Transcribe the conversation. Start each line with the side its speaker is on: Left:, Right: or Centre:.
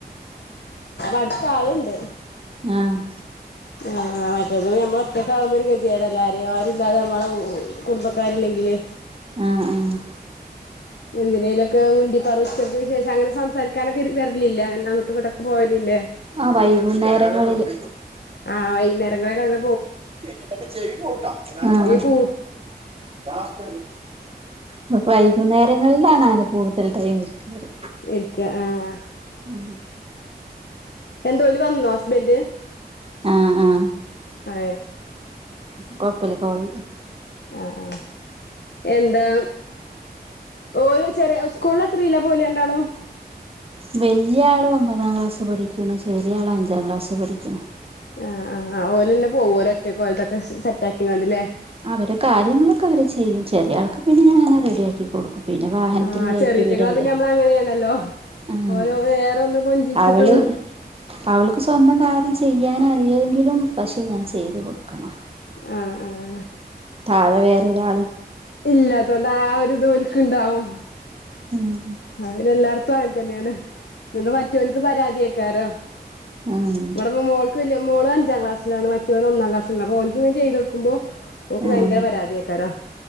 Left: അടുത്ത് ആളുണ്ട്
Right: ആഹ്
Left: ആ മറ്റേത് നമ്മള് ഒറ്റക്കാകുമ്പോ ഒരു കതിയേടല്ലോ ആരും ആരുല്ലാതെ നമ്മളെ കുടുംബക്കാരില്ലെങ്കില്
Right: ആഹ് ആഹ്
Left: എന്തിനേലൊക്കെ മുണ്ടി പറിച്ചക്ക വിശേഷം അങ്ങനെ സംസാരിക്കാനൊക്കെ വരലില്ലേ അങ്ങനെ അങ്ങോട്ടും ഇങ്ങോട്ടൊക്കെ പോവലില്ലേ
Right: ആ വൈകുന്നേരങ്ങളില്
Left: ആ വൈകുന്നേരങ്ങളിൽ അങ്ങ
Right: ആ ആ
Left: ഈ കൂ
Right: പ്പ വൈകുന്നേരങ്ങളിലാണാ അ കൂടുതൽ ടൈം ഇരിക്കാറ്
Left: ഇരിക്ക ആഹ്
Right: ഉം
Left: എന്തോ ല് വന്നോ ഹസ്ബന്റ്
Right: ആഹ് ആഹ്
Left: ആ
Right: കൊയപ്പല്ല <unintelligible>
Left: ആഹ് ആഹ് എന്താ ഓള് ചെറിയ സ്‌കൂളില് എത്രേലാ പോല രണ്ടാളും
Right: വല്ല്യ ആള് ഒമ്പതാം ക്ലാസ് പഠിക്കുന്നു, ചെറിയ ആള് അഞ്ചാം ക്ലാസ് പഠിക്കുന്നു
Left: ആ ആ ആ ഓലെല്ല പോവുവ ഒരു ഒറ്റക്കിതൊക്കെ സെറ്റാക്കിയാണ്ട് അല്ലെ
Right: അവര കാര്യങ്ങളൊക്കെ അവര് ചെയ്യും ചെറിയ ആൾക്ക് പിന്നെ ഞാനാ റെഡിയാക്കി കൊടുക്കും പിന്നെ വാഹനത്തില്
Left: ആഹ്
Right: കയറ്റി
Left: ചെറീറ്റൻകാവിലെ
Right: വിടല്ലേ
Left: നമ്മളങ്ങനെയായിരുന്നല്ലോ
Right: ആഹ്
Left: ഓരോ വേറെയൊന്ന് കൊഞ്ചിച്ചിട്ടും
Right: അവള് അവൾക്ക് സ്വന്തം കാര്യം ചെയ്യാനറിയെങ്കിലും പക്ഷെ ഞാൻ ചെയ്തു കൊടുക്കണം
Left: ആഹ് ആഹ്
Right: തഴെ വേറൊരാളില്ലാ
Left: ഇല്ലാത്തോണ്ട് ആ ഒരിത് ഇവൾക്കിണ്ടാവും
Right: ഉം
Left: ഞങ്ങളെല്ലാടത്തും അയൽ തന്നെയാണ് പിന്ന മറ്റോൾക്ക് പരാതിയാ ത്തരം
Right: ഉം
Left: ഇവടിപ്പോ മോൾക്കും ഇല്ല മോള് അഞ്ചാ അഞ്ചാംക്ലാസിലാണ് മറ്റവൻ ഒന്നാം ക്ലാസിലാ അപ്പൊ ഓൻക്ക്‌ ഞാൻ ചെയ്തു കൊടുക്കുമ്പോ ഓക്ക് ഭയങ്കര
Right: ആഹ്
Left: പരാതിയേക്കാരം